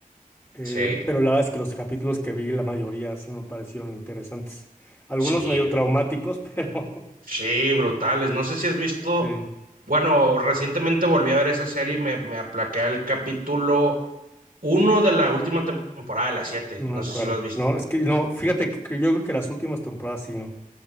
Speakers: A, on the left (about 15°); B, on the right (about 80°).
A: eh,
B: sí,
A: pero la verdad es que los capítulos que vi, la mayoría sí me parecieron interesantes. Algunos
B: sí,
A: medio traumáticos, <laughs> pero
B: sí, brutales. No sé si has visto,
A: sí.
B: bueno, recientemente volví a ver esa serie y me, me aplaqué al capítulo uno de la última temporada de las siete.
A: No
B: No
A: me acuerdo.
B: sé si lo has visto.
A: No, es que no, fíjate que, que yo creo que las últimas temporadas sí no.